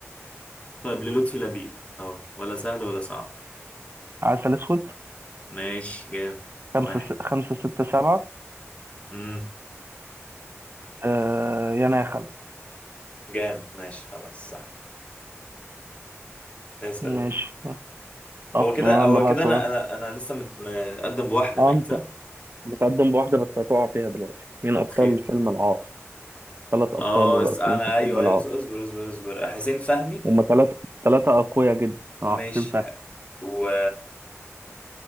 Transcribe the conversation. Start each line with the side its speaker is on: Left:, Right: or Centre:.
Left: طيب للطفي لبيب اه ولا سهل ولا صعب
Right: عسل اسود
Left: ماشي جامد
Right: خمسة
Left: واحد
Right: س... خمسة ستة سبعة
Left: امم
Right: آه يا انا يا خالد
Left: جامد ماشي خلاص صح اسأل
Right: ماشي
Left: انت
Right: أب...
Left: هو كده
Right: يلا
Left: هو
Right: بقى
Left: كده انا
Right: سؤال
Left: انا انا لسه مت- متقدم بواحدة
Right: اه
Left: باين
Right: انت
Left: صح؟
Right: متقدم بواحدة بس هتقع فيها دلوقتي مين
Left: طب
Right: ابطال
Left: خير
Right: فيلم العار ثلاث ابطال
Left: اه
Right: الرئيسيين
Left: اس- انا
Right: في
Left: ايوه
Right: فيلم العار
Left: ايوه اصبر اصبر اصبر اصبر. حسين فهمي
Right: هما ثلاثة ثلاثة اقوياء جدا اه
Left: ماشي
Right: تنفع
Left: ح- و...